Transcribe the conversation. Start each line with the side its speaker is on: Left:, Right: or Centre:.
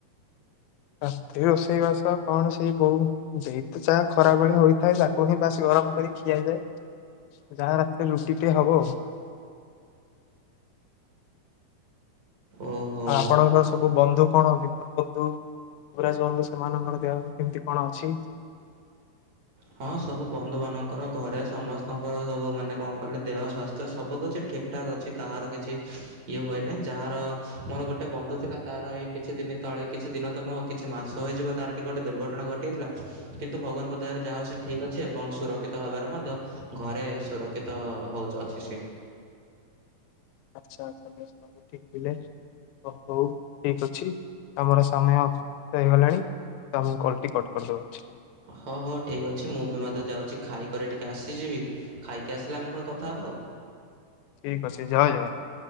Left: ରାତିରେ ରୋଷେଇ ବାସ କଣ ସେଇ ବୋଉ ଯତ ଚାହା ଖରା ଭଳିଆ ହୋଇଥାଏ ତାକୁ ହିଁ ବାସି ଗରମ କରି ଖିଆଯାଏ। ଯାହା ରାତିରେ ରୁଟି ଟେ ହବ ଆଉ।
Right: ଓହୋ
Left: ଆପଣଙ୍କ ସବୁ ବନ୍ଧୁ କଣ ବିମଲ ବନ୍ଧୁ ଯୁବରାଜ ବନ୍ଧୁ ସେମାନଙ୍କର ଦେହ କେମିତି କଣ ଅଛି?
Right: ହଁ ସବୁ ବନ୍ଧୁ ମାନଙ୍କର ଘରେ ସମସ୍ତଙ୍କର ସବୁ ମାନେ କଣ କଲେ ଦେହ ସ୍ୱାସ୍ଥ୍ୟ ସବୁ କିଛି ଠିକ ଠାକ୍ ଅଛି। କାହାର କିଛି ଇଏ ହୁଏ ନାହିଁ। ଯାହାର ମୋର ଗୋଟେ ବନ୍ଧୁ ଥିଲା ତାର ଏଇ କିଛି ଦିନ ତଳେ କିଛି ଦିନ ତ ନୁହଁ କିଛି ମାସ ହୋଇ ଯିବ ତାର ଟିକେ ଗୋଟେ ଦୁର୍ଘଟଣା ଘଟିଯାଇଥିଲା। କିନ୍ତୁ ଭଗବାନଙ୍କ ଦୟାରୁ ଯାହା ହଉ ସେ ଠିକ ଅଛି ଏବଂ ସୁରକ୍ଷିତ ଭାବରେ ମଧ୍ୟ ଘରେ ସୁରକ୍ଷିତ ହଉ ଅଛି ସିଏ
Left: ଆଚ୍ଛା ଆଛା ଠିକ ଥିଲେ ହଉ ଠିକ ଅଛି ଆମର ସମୟ ହେଇଗଲାଣି ତ ଆମକୁ କଲ ଟି କଟ କରିଦବା ଉଚିତ୍।
Right: ହଁ ହଉ ଠିକ୍ ଅଛି। ମୁଁ ବି ମଧ୍ୟ ଯାଉଛି ଖାଇକରି ଟିକେ ଆସିଯିବି। ଖାଇକି ଆସିଲେ ଆମେ ପୁଣି କଥାହବା ଆଉ।
Left: ଠିକ ଅଛି ଜୟ ଜଗ